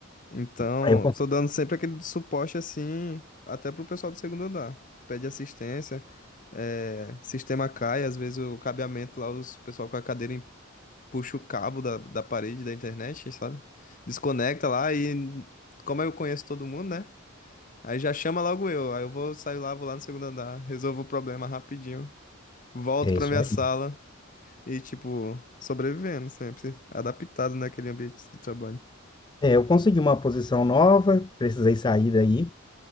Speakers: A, on the left (about 40°); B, on the left (about 20°).
A: Então,
B: Aí eu consegui.
A: tô dando sempre aquele suporte assim, até pro pessoal do segundo andar. Pede assistência, eh, sistema cai, às vezes o cabeamento lá, os pessoal com a cadeira em- puxa o cabo da, da parede da internet, sabe? Desconecta lá e, como eu conheço todo mundo, né? Aí já chama logo eu. Aí eu vou sair lá, vou lá no segundo andar, resolvo o problema rapidinho, volto
B: É
A: pra
B: isso
A: minha
B: aí.
A: sala e, tipo, sobrevivendo sempre, adaptado naquele ambiente de trabalho.
B: É, eu consegui uma posição nova, precisei sair daí,